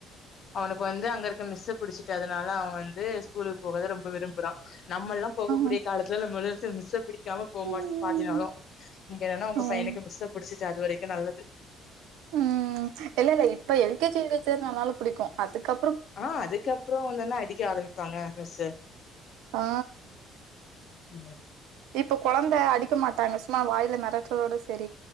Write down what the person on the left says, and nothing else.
அவனுக்கு வந்து அங்க இருக்க மிஸ்ஸ புடிச்சிட்டு அதனால அவ வந்து ஸ்கூலுக் போகத ரொம்ப விரும்புறா நம்மள்ளா போகக்கூடிய
காலத்துல நம்மளா வந்து மிஸ்ஸ பிடிக்காம போ
மாட்டோ பாதினாலு இங்க என்னனா உங்க
பையனுக்கு மிஸ்ஜ பிடிச்சி செ அதுவரைக்கு நல்லது
ஆ அதுக்கப்பறோந்தான அடிக்க ஆரமிப்பாங்க மிஸ்ஸு
ம்